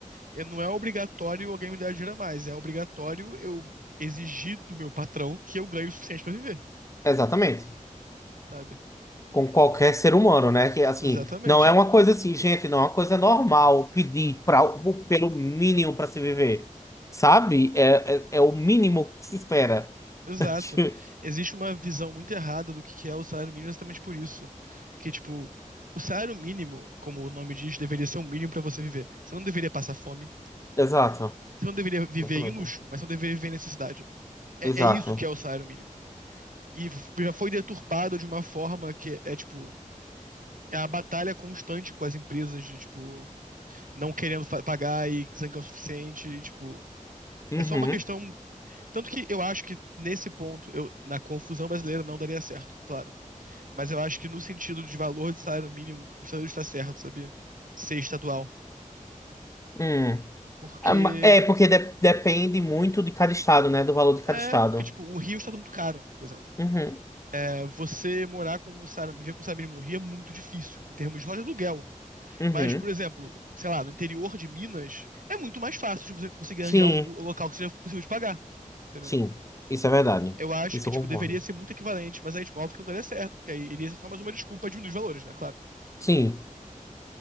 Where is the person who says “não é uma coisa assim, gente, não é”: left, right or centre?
Left